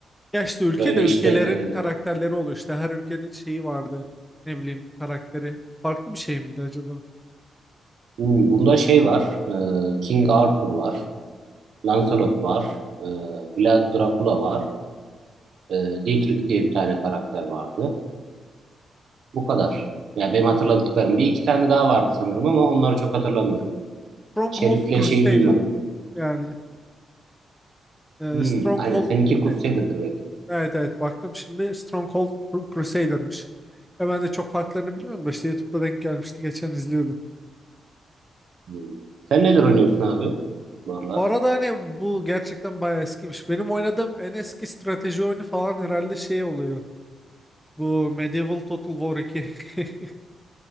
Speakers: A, in the centre; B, on the right.
A: Ya işte ülke
B: Böyle
A: de ülkelerin
B: işte ee,
A: karakterleri oluyor. İşte her ülkenin şeyi vardı. Ne bileyim karakteri. Farklı bir şey miydi acaba?
B: hmm, bunda şey var. ee, King Arthur var. Lancelot var. E, Vlad Dracula var. E, Dietrich diye bir tane karakter vardı. Bu kadar. Ya benim hatırladıklarım. Bir iki tane daha vardı sanırım ama onları çok hatırlamıyorum.
A: Stronghold
B: Şerif'le
A: Crusader.
B: şeyi duymadım.
A: Yani e,
B: Hmm,
A: Stronghold
B: aynen. Seninki
A: Crusader.
B: Crusader'dır belki.
A: Evet evet baktım şimdi Stronghold Crusader'mış. Ya ben de çok farklarını bilmiyorum da işte YouTube'da denk gelmişti. Geçen izliyordum.
B: Hmm. Sen neler oynuyorsun abi? Bu aralar.
A: Bu arada hani bu gerçekten bayağı eskiymiş. Benim oynadığım en eski strateji oyunu falan herhalde şey oluyor. Bu Medieval Total War 2. <laughs>